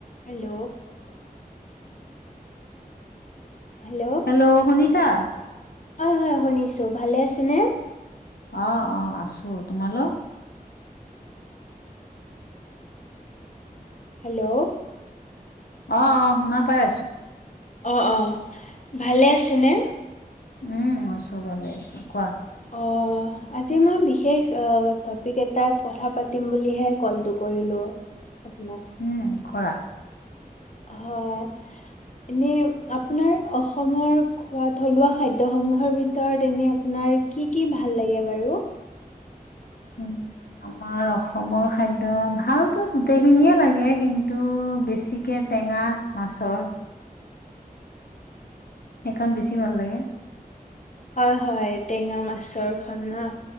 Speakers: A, on the left (about 50°); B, on the left (about 85°).
A: Hello hello
B: hello শুনিছা?
A: হয় হয় শুনিছো ভালে আছেনে?
B: আহ অ আছো তোমালোক?
A: হেল্লো'
B: অ অ শুনা পাই আছো?
A: অ অ ভালে আছে নে।
B: উম আছো ভালে আছো কোৱা?
A: অ আজি মই বিশেষ টপিক এটাত কথা পাতিম বুলিহে কলটো কৰিলোঁ? আপোনাক?
B: উম কৰা
A: হয় এনে আপোনাৰ অসমৰ খোৱা থলুৱা খাদ্যসমূহৰ ভিতৰত এনে আপোনাৰ কি কি ভাল লাগে বাৰু?
B: উ আমাৰ অসমৰ খাদ্য ভালতো গোটেইখিনিয়ে লাগে কিন্তু বেছিকে টেঙা মাছৰ। সেইখন বেছি ভাল লাগে?
A: হয় হয় টেঙা মাছৰ খন ন।